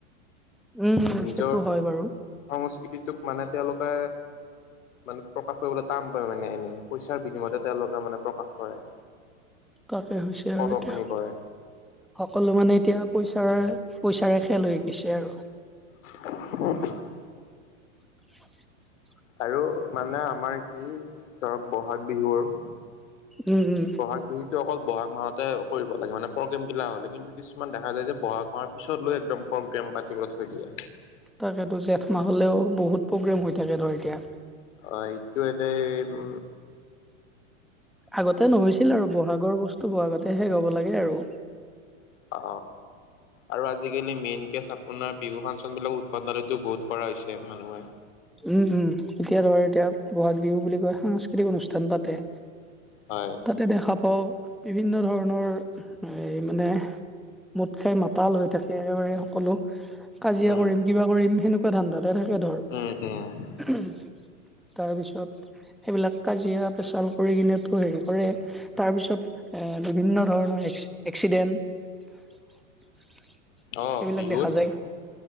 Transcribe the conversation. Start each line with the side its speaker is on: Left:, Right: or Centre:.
Centre: উম
Left: নিজৰ
Centre: সেইটো হয় বাৰু।
Left: সংস্কৃতিটোক মানে তেওঁলোকে মানে প্ৰকাশ কৰিবলৈ টান পায় মানে এনে। পইচাৰ বিনিময়তহে তেওঁলোকে মানে প্ৰকাশ কৰে।
Centre: তাকে হৈছে
Left: প্ৰদৰ্শনী
Centre: আৰু এতিয়া।
Left: কৰে
Centre: সকলো মানে এতিয়া পইচাৰ- পইচাৰে খেল হৈ গৈছে আৰু।
Left: <unintelligible>
Centre: <inaudible>
Left: আৰু মানে আমাৰ কি ধৰক বহাগ বিহুৰ
Centre: উম উম।
Left: বহাগ বিহুটো অকল বহাগ মাহতে কৰিব লাগে মানে প্ৰগ্ৰেমগিলা হ'লে, কিন্তু কিছুমান দেখা যায় যে বহাগ মাহত পিছত লৈ একদম প্ৰগ্ৰেম পাতিবলৈ থৈ দিয়ে।
Centre: তাকেতো জেঠ মাহ হলেও বহুত প্ৰগ্ৰেম হৈ থাকে ধৰ এতিয়া।
Left: অ এইটো এনে উ।
Centre: আগতে নহৈছিল আৰু বহাগৰ বস্তু বহাগতে শেষ হ'ব লাগে আৰু।
Left: অ আৰু আজিকালি মেইন কেচ আপোনাৰ বিহু ফাংচন বিলাক উদ্ভাৱনিটো বহুত কৰা হৈছে মানুহে।
Centre: উম উম এতিয়া ধৰ এতিয়া বহাগ বিহু বুলি কয় সাংস্কৃতিক অনুষ্ঠান পাতে।
Left: হয়।
Centre: তাতে দেখা পাওঁ বিভিন্ন ধৰণৰ এই মানে মত খাই মাতাল হৈ থাকে একেবাৰে সকলো। কাজিয়া
Left: উম
Centre: কৰিম কিবা কৰিম সেনেকুৱা ধান্দাতে থাকে ধৰ।
Left: <unintelligible>
Centre: <unintelligible> তাৰপিছত সেইবিলাক কাজিয়া পেচাল কৰি কিনেতো হেৰি কৰে, তাৰপিছত বিভিন্ন ধৰণৰ এক্সিডেণ্ট
Left: অ
Centre: সেইবিলাক
Left: বিহুত
Centre: দেখা যায়